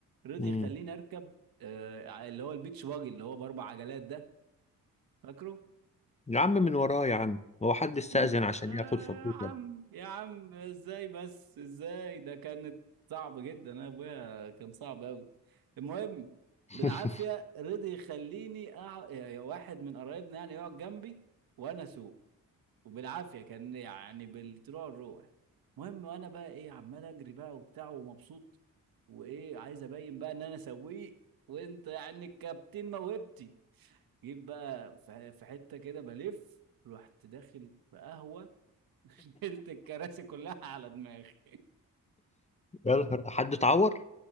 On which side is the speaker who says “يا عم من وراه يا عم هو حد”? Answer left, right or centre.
Left